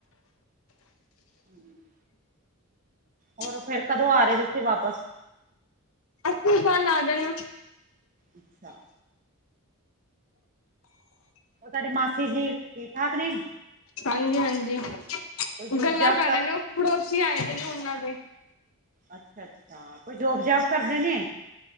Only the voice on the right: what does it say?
ਹਮ <inaudible> <inaudible>
ਹੋਰ ਫੇਰ, ਕਦੋਂ ਆ ਰਹੇ ਤੁਸੀਂ ਵਾਪਸ
ਅੱਛਾ ਸਾਡੇ ਮਾਸੀ ਜੀ, ਠੀਕ -ਠਾਕ ਨੇ
ਕੋਈ ਜੋਬ
ਜਾਬ
ਅੱਛਾ- ਅੱਛਾ ਕੋਈ ਜੋਬ -ਜਬ ਕਰਦੇ ਨੇ